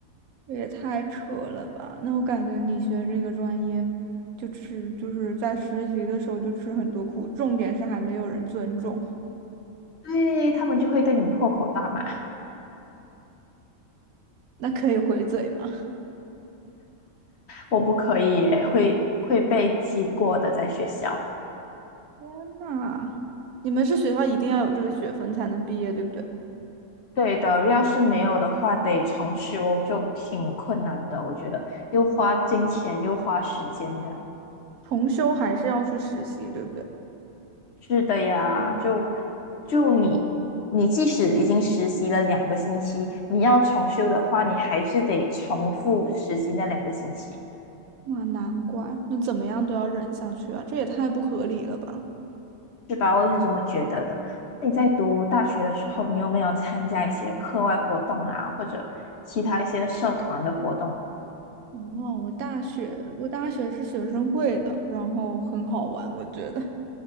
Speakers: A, on the right; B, on the left.
A: 这也太扯了吧！那我感觉你学这个专业，就吃就是在实习的时候就吃很多苦，重点是还没有人尊重，
B: 对，他们就会对你破口大骂，
A: 那可以回嘴吗？
B: 我不可以耶会会被记过的，在学校。
A: <laughs> 那你们是学校一定要有这个学分才能毕业，对不对？
B: 对的，要是没有的话，得重修就挺困难的，我觉得又花金钱又花时间这样。
A: 重修还是要去实习，对不对？
B: 是的呀，就就你你即使已经实习了两个星期，你要重修的话，你还是得重复实习那两个星期，
A: 那难怪，那怎么样都要忍下去啊，这也太不合理了吧！
B: 是吧？我是这么觉得的。那你在读大学的时候，你有没有参加一些课外活动啊，或者其他一些社团的活动？
A: 哦，我大学我大学是学生会的，然后很好玩，我觉得。